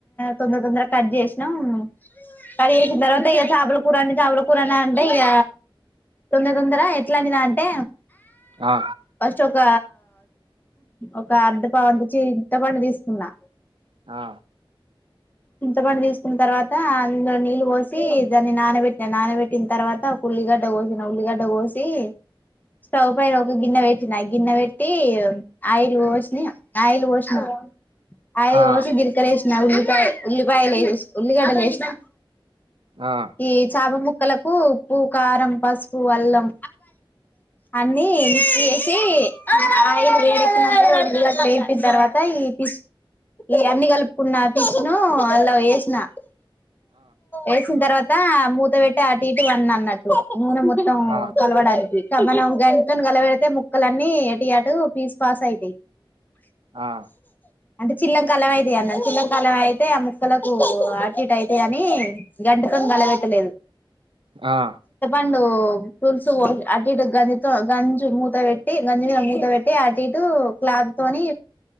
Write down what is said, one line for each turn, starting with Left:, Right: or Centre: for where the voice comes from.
Left: తొందర తొందర కట్ చేసినాం. కడిగేసిన తర్వాత ఇక చేపలు కూరంటే చేపల కూరనా అంటే య తొందర తొందర ఎట్లోండిన అంటే
Right: ఆ
Left: ఫస్ట్ ఒక ఒక అర్ధ నావంతు చి చింత పండు తీసుకున్నా
Right: ఆ
Left: చింతపండు తీసుకున్న తర్వాత అందులో నీళ్ళు పోసి దాన్ న్నీ నానబెట్టి నా నానబెట్టిన తర్వాత ఒక ఉల్లిగడ్డ కోసిన ఉల్లిగడ్డ కోసి స్టవ్ పైన ఒక గిన్నె పెట్టినా ఆ గిన్నె పెట్టి ఆయిల్ పోసిన ఆయిల్ పోసిన ఆయిల్
Right: ఆ
Left: పోసి జిలకరేసి నా ఉల్లిపాయ ఉల్లిపాయలుఏసి ఉల్లిగడ్డ లేసినా
Right: ఆ ఆ
Left: ఏ చాప ముక్ ముక్కలకు ఉప్పు కారం పసుపు అల్లం అన్నీ మిక్స్ చేసి ఆయిల్ వేడెక్కినాక ఉల్లిగడ్డ వేపిన తర్వాత ఈ ఫిష్ ఈ అన్ని కలుపుకున్న ఫిష్ ను అందులో వేసిన ఏసిన తర్వాత తే మూత పెట్టి అటు ఇటు వన్న అన్నట్టు నూనె మోత్ మొత్తం
Right: ఆ
Left: కలవడానికి మనం గంటితోన గలబెడితే ముక్కలన్నీ ఎటైఅటు పీస్ పాస్ అయితయి.
Right: ఆ
Left: అంటే చిల్లం కళ్ళం అయితని అన్నా చిల్లం కళ్ళం అయితే ఆ ముక్కలకు ఆటి ఇటు అయిత అని గంట ముక్కను కలబెట్టలేదు
Right: హా
Left: పండ్ పులుసు పోసి అటు ఇటు గంజితో గంజు మూత పెట్టి గంజి మీద మూత పెట్టి అటు ఇటు క్లాత్ తోని